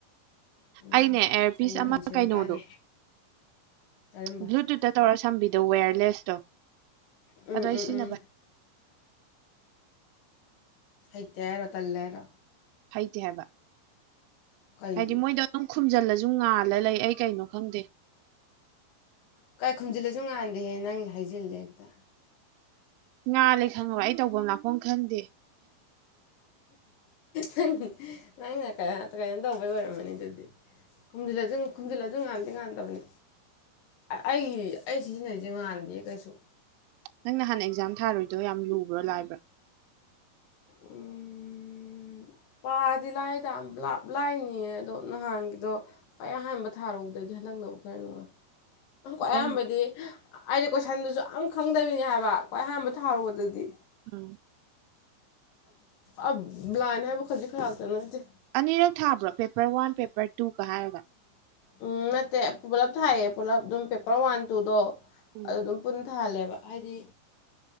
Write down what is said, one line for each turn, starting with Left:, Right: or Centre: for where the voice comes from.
Left: ꯎꯝ
Right: ꯑꯩꯅꯦ ꯑꯦꯌꯥꯔꯄꯤꯤꯁ
Left: ꯑꯩꯅ
Right: ꯑꯃ
Left: ꯌꯥꯝ ꯁꯦꯡꯅ
Right: ꯀꯩꯅꯣꯗꯣ
Left: ꯇꯥꯅ ꯀꯔꯝꯕ
Right: ꯕ꯭ꯂꯨꯇꯨꯠꯇ ꯇꯧꯔ ꯁꯝꯕꯤꯗꯣ ꯋꯦꯌꯔꯂꯦꯁꯇꯣ
Left: ꯎꯝ
Right: ꯑꯗꯣ ꯑꯩ
Left: ꯎꯝ
Right: ꯁꯤꯖꯤꯟꯅꯕ
Left: ꯎꯝ ꯍꯇꯔꯣ ꯇꯜꯂꯦꯔꯣ
Right: ꯍꯩꯇꯦ ꯍꯥꯏꯕ
Left: ꯀꯩꯒꯤ
Right: ꯍꯥꯏꯗꯤ ꯃꯣꯏꯗꯣ ꯑꯗꯨꯝ ꯈꯨꯝꯖꯤꯜꯂꯁꯨ ꯉꯥꯜꯂ ꯂꯩ ꯑꯩ ꯀꯩꯅꯣ ꯈꯪꯗꯦ
Left: ꯀꯥꯏ ꯈꯨꯝꯖꯤꯜꯂꯁꯨ ꯉꯥꯟꯗꯦꯍꯦ ꯅꯪ ꯍꯥꯏꯖꯤꯜꯂꯦ ꯍꯦꯛꯇ
Right: ꯉꯥꯂꯦ ꯈꯪꯉꯕ ꯑꯩ ꯇꯧꯕꯐꯝ ꯂꯥꯛꯐꯝ ꯈꯪꯗꯦ
Left: ꯪ ꯅꯪꯅ ꯀꯩꯅꯝ ꯇꯧꯕꯩ ꯑꯣꯏꯔꯝꯃꯅꯤ ꯑꯗꯨꯗꯤ ꯈꯨꯝꯖꯤꯜꯂꯁꯨ ꯈꯨꯝꯖꯤꯜꯂꯁꯨ ꯉꯥꯟꯗꯤ ꯉꯥꯟꯗꯕꯅꯤ ꯑꯩꯒꯤ ꯑꯩ ꯁꯤꯖꯤꯟꯅꯔꯤꯁꯦ ꯉꯥꯟꯗꯦ ꯀꯩꯁꯨ
Right: ꯅꯪ ꯅꯍꯥꯟꯅ ꯑꯦꯛꯖꯥꯝ ꯊꯥꯔꯣꯏꯗꯣ ꯌꯥꯝ ꯂꯨꯕ꯭ꯔꯣ ꯂꯥꯏꯕ꯭ꯔꯥ
Left: ꯎꯝ ꯄꯥꯔꯗꯤ ꯂꯥꯏꯗ ꯕ꯭ꯂꯥꯞ ꯂꯥꯏꯅꯤꯌꯦ ꯑꯗꯣ ꯅꯍꯥꯟꯒꯤꯗꯣ ꯈ꯭ꯋꯥꯏ ꯑꯍꯥꯟꯕ ꯊꯥꯔꯨꯗꯗꯤ ꯈꯜꯂꯪꯗꯅꯕ ꯈꯔ ꯅꯨꯡꯉꯥꯏ ꯈ꯭ꯋꯥꯏ
Right: ꯎꯝ
Left: ꯑꯌꯥꯝꯕꯗꯤ ꯑꯩꯅ ꯀꯣꯏꯁꯟꯗꯨꯁꯨ ꯑ ꯈꯪꯗꯕꯤꯅꯤ ꯍꯥꯏꯕ ꯈ꯭ꯋꯥꯏ ꯑꯌꯥꯝꯕ ꯊꯥꯔꯨꯕꯗꯨꯗꯤ
Right: ꯎꯝ
Left: ꯑ ꯭ꯂꯥꯏꯅ ꯍꯥꯏ ꯣꯈꯔꯖꯤ ꯐꯔꯗꯅꯠꯇꯦ
Right: ꯑꯅꯤꯔꯛ ꯊꯥꯕ꯭ꯔꯣ ꯄꯦꯄꯔ ꯋꯥꯟ ꯄꯦꯄꯔ ꯇꯨꯒ ꯍꯥꯏꯔꯒ
Left: ꯎꯝ ꯅꯠꯇꯦ ꯄꯨꯂꯞ ꯊꯥꯏꯌꯦ ꯄꯨꯂꯞ ꯑꯗꯨꯝ ꯄꯦꯄꯔ ꯋꯥꯟ ꯇꯨꯗꯣ
Right: ꯎꯝ
Left: ꯑꯗꯨ ꯑꯗꯨꯝ ꯄꯨꯟ ꯊꯥꯜꯂꯦꯕ ꯍꯥꯏꯗꯤ